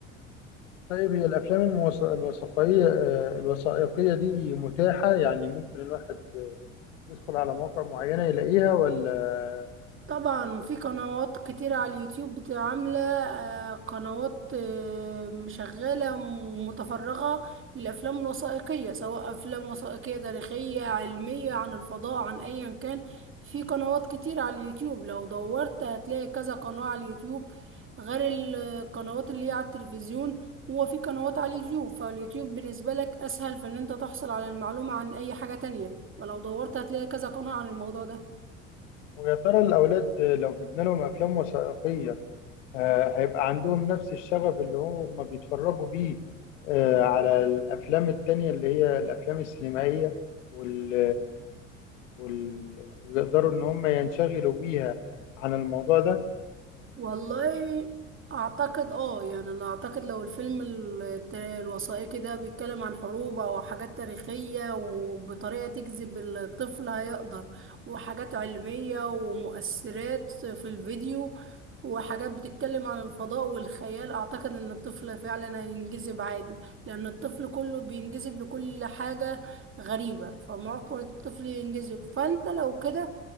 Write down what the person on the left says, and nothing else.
طيب هي الافلام الموث- الوثائقية آه، الوثائقية دي متاحة يعني ممكن الواحد يدخل على مواقع معينة يلاقيها ولا
ويا ترى الأولاد لو جبنا لهم أفلام وثائقية آه، هيبقى عندهم نفس الشغف اللي هم بيتفرجوا بيه آه، على الأفلام التانية اللي هي الأفلام السينمائية وال... وال... ويقدروا إن هم ينشغلوا بيها عن الموضوع ده